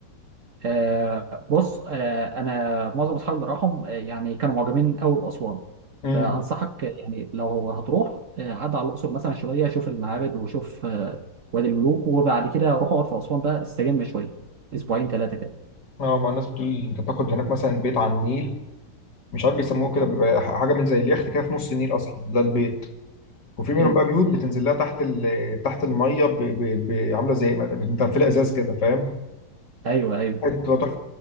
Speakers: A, on the right; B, on the left.
A: آه، بص آه، أنا معظم أصحابي اللي راحوا آه، يعني كانوا معجبين أوي بأسوان
B: امم
A: فأنصحك يعني لو هتروح آه، عد على الأقصر مثلا شوية شوف المعابد وشوف آه، وادي الملوك وبعد كده روح اقعد في أسوان بقى استجم شوية أسبوعين ثلاثة كده
B: اه ما الناس بتقول لي انت تاخد هناك مثلا بيت على النيل مش عارف بيسموه كده بيبقى حاجه من زي اليخت كده في نص النيل اصلا ده البيت وفي منهم
A: ال-
B: بقى بيوت بتنزل لها تحت ال... تحت الميه ب... ب... ب... عامله زي متقفله ازاز كده فاهم
A: أيوه أيوه
B: بتبقى تحفه